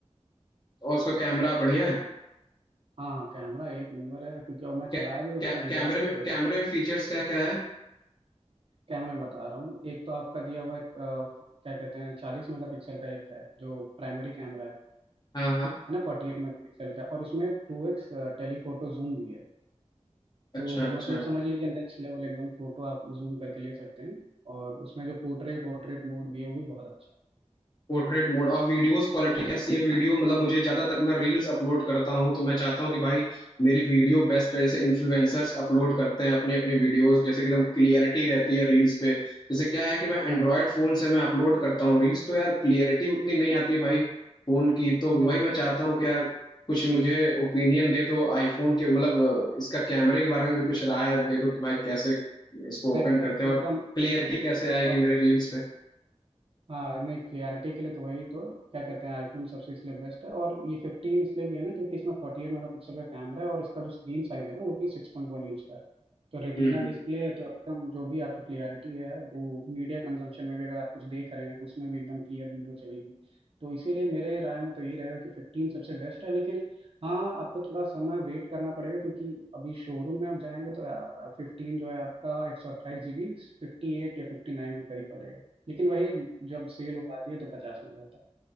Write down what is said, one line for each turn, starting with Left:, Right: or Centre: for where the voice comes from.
Left: और उसका कैमरा बढ़िया है
Right: हाँ हाँ कैमरा एक नंबर है क्योंकि और मैं चलाया
Left: कै,
Right: भी उसका
Left: कै,
Right: डिज़ाइन
Left: कैमरे में
Right: मुझे बहुत
Left: कैमरे में फीचर्स क्या क्या है
Right: कैमरे में बता रहा हूँ एक तो आपका दिया हुआ है अ, क्या कहते हैं चालीस मेगापिक्सल का एक है जो प्राइमरी कैमरा है है
Left: हाँ हाँ
Right: ना फोर्टी एट मेगापिक्सल का और उसमें टू एक्स टेलीफोटो जूम भी है
Left: अच्छा
Right: तो
Left: अच्छा
Right: मतलब समझ लीजिए नेक्स्ट लेवल एकदम फोटो आप जूम करके ले सकते हैं और उसमें जो पोर्ट्रेट वोर्ट्रेट मोड भी है वो भी बहुत अच्छा
Left: पोर्ट्रेट मोड और वीडियोस क्वालिटी कैसी है वीडियो मतलब मुझे ज्यादा तक मैं रील्स अपलोड करता हूँ तो मैं चाहता हूँ कि भाई
Right: है।
Left: मेरी वीडियो बेस्ट है जैसे इन्फ्लुएंसर्स अपलोड करते हैं अपनी अपनी वीडियोस जैसे कि एकदम
Right: हाँ
Left: क्लियरिटी रहती है रील्स पे जैसे क्या है कि मैं एंड्रॉयड
Right: हाँ हाँ, हाँ।
Left: फोन से मैं अपलोड करता हूँ रील्स तो यार क्लियरिटी उतनी नहीं आती है भाई फोन की तो
Right: नहीं
Left: वही
Right: नहीं
Left: मैं चाहता हूँ कि यार कुछ मुझे ओपिनियन दे दो आईफोन के मतलब अ, इसका कैमरे के बारे में भी कुछ राय दे दो कि भाई कैसे इसको
Right: नहीं
Left: ओपन
Right: नहीं
Left: करते हैं और
Right: एकदम एकदम
Left: क्लियरिटी
Right: एकदम।
Left: कैसे आएगी मेरे रील्स पे
Right: हाँ नहीं क्लियरिटी के लिए तो वही तो क्या कहते हैं आईफोन सबसे इसलिए बेस्ट है और ये फिफ्टीन इसलिए भी है ना क्योंकि इसमें फोर्टी एट मेगा पिक्सल का कैमरा है और इसका जो स्क्रीन साइज है ना वो भी सिक्स पॉइंट वन इंच का है तो रेटिना
Left: हम्म
Right: डिस्प्ले है तो एकदम जो भी आपको क्लियरिटी है वो मीडिया कंजम्पशन में भी अगर आप कुछ देख रहे हैं तो उसमें भी एकदम क्लियर वीडियो चलेगी तो इसीलिए मेरे राय में तो यही रहेगा कि फिफ्टीन सबसे बेस्ट है लेकिन हाँ आपको थोड़ा समय वेट करना पड़ेगा क्योंकि अभी शोरूम में आप जाएंगे तो फिफ्टीन जो है आपका एक सौ अट्ठाईस जी बी फिफ्टी एट या फिफ्टी नाइन के करीब पड़ेगा लेकिन वही जब सेल हो जाती है तो पचास में हो जाता है